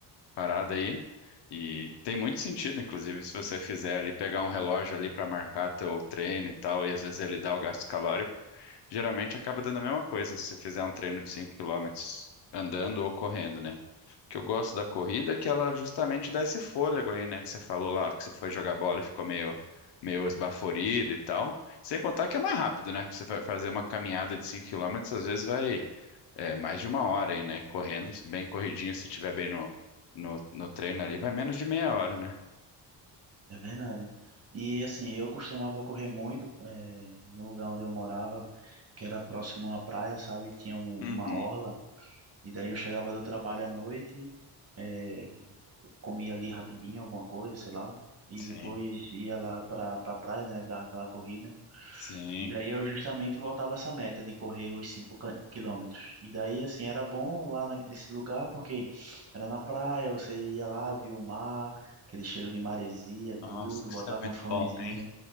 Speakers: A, on the left; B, on the right.
A: parada aí. E tem muito sentido, inclusive, se você fizer ali, pegar um relógio ali para marcar teu treino e tal, e às vezes ele dá o gasto calórico, geralmente acaba dando a mesma coisa se você fizer um treino de 5 quilômetros andando ou correndo, né? O que eu gosto da corrida é que ela justamente dá esse fôlego aí, né? Que você falou lá, que você foi jogar bola e ficou meio, meio esbaforido e tal. Sem contar que é mais rápido, né? Você vai fazer uma caminhada de 5 quilômetros às vezes vai é, mais de uma hora aí, né? Correndo, bem corridinho, se estiver bem no no, no treino ali, vai menos de meia hora, né?
B: É verdade. E assim, eu costumava correr muito eh, no lugar onde eu morava, que era próximo à praia, sabe? e Tinha um-
A: Uhum,
B: uma orla. E daí eu chegava do trabalho à noite, eh, comia ali rapidinho alguma coisa, sei lá. E
A: sim,
B: depois ia lá pra, pra praia, né? Dar aquela corrida.
A: sim.
B: E daí eu justamente voltava essa meta de correr os 5 quilômetros. E daí, assim, era bom lá na- nesse lugar porque era na praia, você ia lá, via o mar, aquele cheiro de maresia,
A: Nossa,
B: tudo,
A: isso
B: botava
A: é muito
B: um fonezinho,
A: bom, hein?